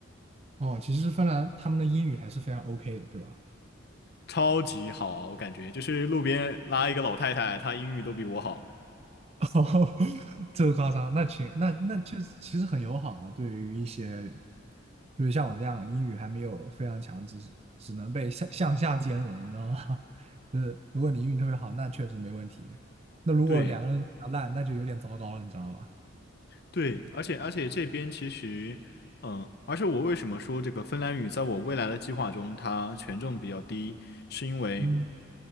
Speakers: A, on the right; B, on the left.
A: 哦，其实芬兰他们的英语还是非常 OK 的，对吧？
B: 超级好，我感觉就是路边拉一个老太太，她英语都比我好。
A: 哦，<laughs> 这个夸张，那其那那就是其实很友好啊，对于一些，就是像我这样英语还没有非常强，只是只能被向向下兼容，你知道吗？<laughs> 就是如果你英语特别好，那确实没问题。那如果两个人都比较烂，
B: 对
A: 那就有点糟糕了，你知道吧？
B: 对，而且而且这边其实，嗯，而且我为什么说这个芬兰语在我未来的计划中它权重比较低，是因为
A: 嗯，